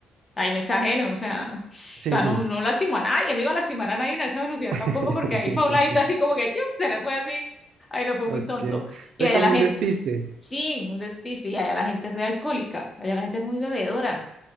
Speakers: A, on the left (about 25°); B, on the right (about 70°).
A: ahí no exageren, o sea, o sea,
B: Sí, sí.
A: no, no lastimó a nadie, no iba a lastimar a nadie en esa velocidad
B: <laughs>
A: tampoco, porque ahí fue a un ladito así como que, chu, se le fue así, ahí no fue
B: Ok.
A: muy tonto.
B: Fue
A: Y allá
B: como
A: la
B: un
A: gente,
B: despiste.
A: sí, un despiste, y allá la gente es re alcohólica, allá la gente es muy bebedora.